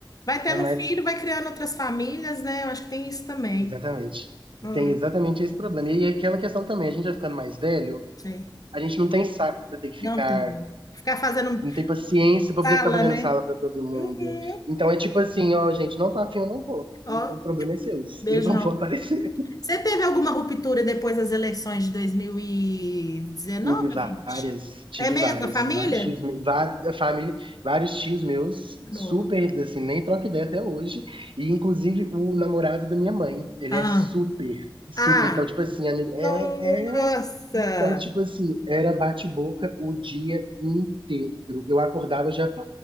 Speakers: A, on the left (about 45°); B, on the right (about 80°).
A: Vai tendo
B: é mais,
A: filho, vai criando outras famílias, né? Eu acho que tem isso também.
B: exatamente,
A: Hum,
B: tem exatamente esse problema, e aí aquela questão também, a gente vai ficando mais velho,
A: sei.
B: a gente não tem saco pra ter que ficar
A: Não tem. Ficar fazendo
B: não tem paciência pra
A: sala,
B: poder ficar fazendo
A: né?
B: sala pra todo mundo.
A: Uhum.
B: Então é tipo assim, ó, gente, não tô afim, eu não vou.
A: Ó,
B: O problema é seu, <laughs>
A: beijão.
B: eu não vou aparecer.
A: Você teve alguma ruptura depois das eleições de 2019
B: Tive várias,
A: ou vinte
B: tive
A: É mesmo,
B: várias,
A: a família?
B: vários tios meus, várias, família, vários tios meus,
A: Não.
B: super, assim, nem troca ideia até hoje. E inclusive o namorado da minha mãe, ele
A: Ah.
B: é super, super.
A: Ah.
B: Então, tipo assim, amigo, é,
A: Nossa.
B: é então, tipo assim, era bate-boca o dia inteiro. Eu acordava já